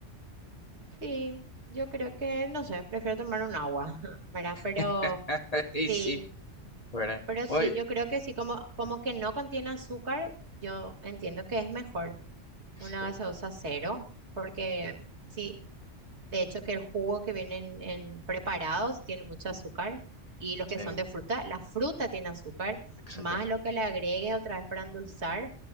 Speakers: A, on the right; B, on the left.
A: Sí, yo creo que, no sé, prefiero tomar un agua, <laughs> ¿verdad? Pero
B: <laughs>
A: sí,
B: Y sí, ¿verdad?
A: pero
B: Oye,
A: sí, yo creo que sí, como, como que no contiene azúcar, yo entiendo que es mejor una
B: Sí,
A: gaseosa cero, porque... Sí, De hecho, que el jugo que vienen en preparados tiene mucho
B: mm,
A: azúcar y los que
B: sí,
A: son de fruta, la fruta tiene azúcar,
B: exactamente.
A: más lo que le agregues otra vez para endulzar,